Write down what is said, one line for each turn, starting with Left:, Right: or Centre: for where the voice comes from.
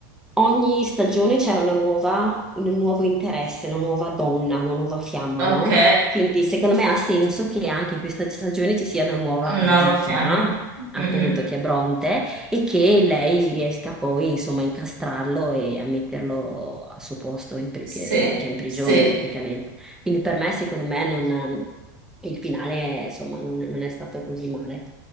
Centre: Ogni stagione c'era una nuova, un nuovo interesse, una nuova donna, una nuova fiamma,
Right: ok.
Centre: no? Quindi secondo me ha senso che anche in questa stagione ci sia una nuova
Right: Nuova
Centre: vittima,
Right: fiamma.
Centre: appunto,
Right: Mm-mm.
Centre: che è Bronte, e che lei riesca poi, insomma, a incastrarlo e a metterlo al suo posto, in pri-
Right: Sì,
Centre: che che è in prigione
Right: sì.
Centre: praticamente. Quindi per me, secondo me, non- il finale, insomma, non non è stato così male.